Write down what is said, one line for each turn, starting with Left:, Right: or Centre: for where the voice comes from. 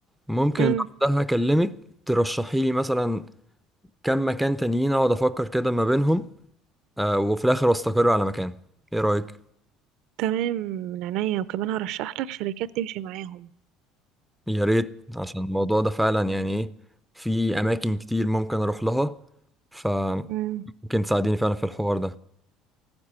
Centre: ممكن
Right: امم
Centre: بعدها اكلمك ترشحي لي مثلا كم مكان تانيين اقعد افكر كده ما بينهم آه، وفي الاخر استقر على مكان ايه رأيك
Right: تمام من عينيا وكمان هرشح لك شركات تمشي معاهم
Centre: يا ريت عشان الموضوع ده فعلا يعني ايه في اماكن كتير ممكن اروح لها فممكن
Right: امم
Centre: تساعديني فعلا في الحوار ده